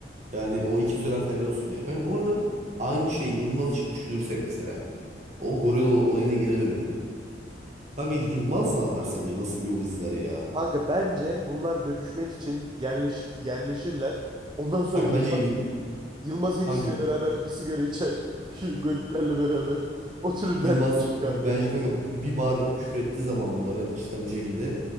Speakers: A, on the right (about 40°); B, on the right (about 25°).
A: yani o iki zürafa helal olsun ya. Kanka bu arada aynı şey Yılmaz için düşünürsek mesela. O goril ol- olayına geri dönelim. Kanka Yılmaz ne yapar sence? Nasıl bir yol izler ya?
B: Kanka bence bunlar dövüşmek için yerleş, yerleşirler. Ondan sonra
A: Kanka
B: Yılmaz,
A: bence Yıl-
B: Yılmaz hepsiyle
A: kanka
B: beraber bir sigara içer. <laughs> Şu Gönüllerle beraber. Oturur
A: Yılmaz
B: dertleşir
A: bence
B: kanka.
A: kanka bir bağırarak küfür ettiği zaman bunlara iç içten bir şekilde